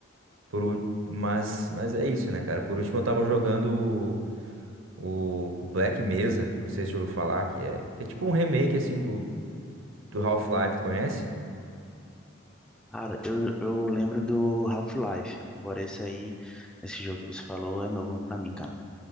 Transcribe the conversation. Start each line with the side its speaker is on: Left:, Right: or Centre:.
Right: por, ú- mas, mas é isso, né, cara? Por último, eu tava jogando o, o Black Mesa, não sei se você ouviu falar, que é, que é tipo um remake, assim, do, do Half-Life, tu conhece?
Centre: Cara, eu, eu lembro do Half-Life. Agora esse aí, esse jogo que você falou é novo pra mim, cara.